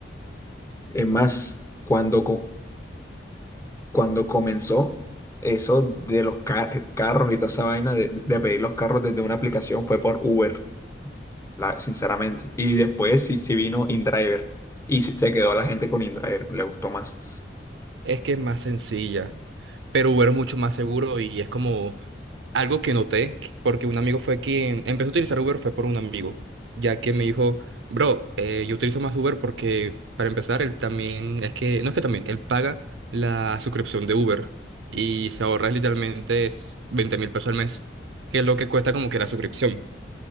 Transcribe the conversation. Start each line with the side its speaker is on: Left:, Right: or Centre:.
Left: Es más, cuando, co- cuando comenzó eso de los ca- carros y toda esa vaina de, de pedir los carros desde una aplicación fue por Uber, la, sinceramente. Y después sí, sí vino InDriver y se, se quedó la gente con InDriver, le gustó más.
Right: Es que es más sencilla. pero Uber es mucho más seguro y es como algo que noté, que- porque un amigo fue quien empezó a utilizar Uber fue por un amigo, ya que me dijo, bro, eh, yo utilizo más Uber porque para empezar, él también, es que, no es que también, él paga la suscripción de Uber y se ahorra literalmente es 20 mil pesos al mes, que es lo que cuesta como que la suscripción.